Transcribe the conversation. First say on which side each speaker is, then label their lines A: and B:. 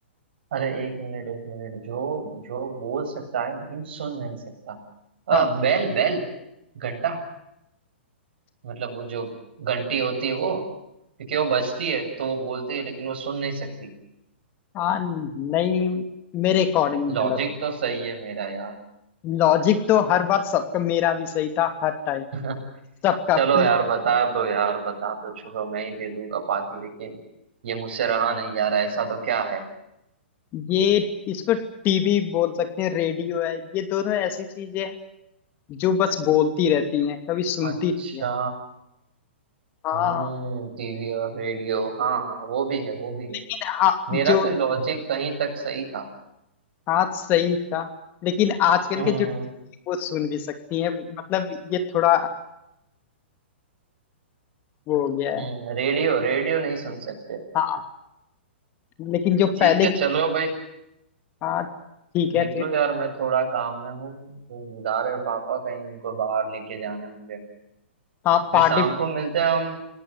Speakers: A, on the right; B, on the left.
A: अरे एक मिनट एक मिनट जो जो बोल सकता है लेकिन सुन नहीं सकता अ,
B: हाँ
A: बैल बैल घंटा मतलब वो जो घंटी होती है वो क्योंकि वो बजती है तो वो बोलती है लेकिन वो सुन नहीं सकती
B: हाँ नहीं मेरे अकॉर्डिंग
A: लॉजिक
B: गलत
A: तो सही है मेरा यार
B: लॉजिक तो हर बार सबका मेरा भी सही था हर टाइम
A: <laughs>
B: सबका
A: चलो
B: प्ले
A: यार बता दो यार बता दो छोड़ो मैं ही दे दूंगा पार्टी लेकिन ये मुझसे रहा नहीं जा रहा ऐसा तो क्या
B: ये इसको टीवी बोल सकते हैं रेडियो है ये दोनों ऐसी चीजें हैं जो बस बोलती रहती हैं कभी सुनती
A: अच्छा
B: नहीं है हाँ
A: हम्म टीवी और रेडियो हाँ हाँ वो भी है वो भी है
B: लेकिन आप
A: मेरा
B: जो
A: भी लॉजिक कहीं तक सही था
B: हाँ सही था लेकिन आजकल
A: हम्म
B: के जो वो सुन भी सकती हैं मतलब ये थोड़ा वो हो गया
A: हम्म
B: है
A: रेडियो रेडियो नहीं सुन सकते
B: हाँ लेकिन जो
A: ठीक
B: पहले
A: है चलो भाई
B: हाँ ठीक
A: निकलो
B: है फिर
A: यार मैं थोड़ा काम में हूँ वो बुला रहे पापा कहीं उनको बाहर लेके जाना है मुझे
B: हाँ
A: फिर
B: पार्टी
A: शाम को मिलते हैं हम